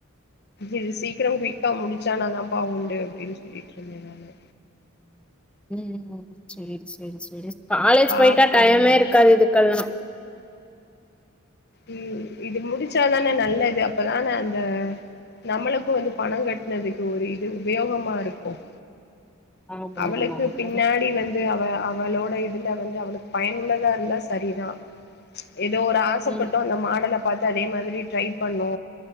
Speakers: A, on the left (about 55°); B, in the centre.
A: இது சீக்கிரம் குயிக்கா முடுச்சானாதாப்பா உண்டு அப்பிடின்னு சொல்லிட்டு இருந்தே நானு
B: உம் செரி செ சேரி சேரி காலேஜ்
A: பாப்போ
B: போயிட்டா டைமே
A: என்னன்னு
B: இருக்காது இதுக்கெல்லா
A: உஹம் இது முடிச்சாதானே நல்லது அப்பதானே அந்த நம்மளுக்கும் வந்து பணம் கட்டினதுக்கு ஒரு இது உபயோகமா இருக்கும்
B: ஆமா
A: அவளுக்கு
B: ஆமா ஆமா
A: பின்னாடி வந்து அவள் அவளோட இதுல வந்து அவளுக்கு பயனுள்ளதா இல்ல சரிதான் ஏதோ ஒரு ஆசைப்பட்டு
B: ம்
A: லாம் ப்த்த அதே மாதிரி டரை பண்ண